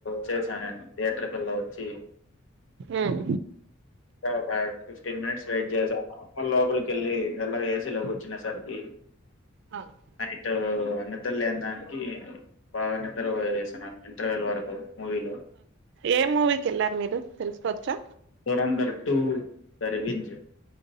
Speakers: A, on the left; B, on the right.
A: చేశా నేను థియేటర్ కిల్లా వచ్చి
B: ఆహ్
A: ఆ ఫిఫ్టీన్ మినిట్స్ వెయిట్ చేసాను లోపలికెళ్ళి మెల్లగా ఏసీ లోకి కూర్చునసరికి
B: ఆ
A: నైటు నిద్ర లేన దానికి బాగా నిద్ర ఓసన్నాను ఇంటర్వెల్ వరకు మూవీలో.
B: ఏ మూవీకేళ్లారు మీరు తెలుసుకోచ్చా
A: దురందర్ టూ బరిగిం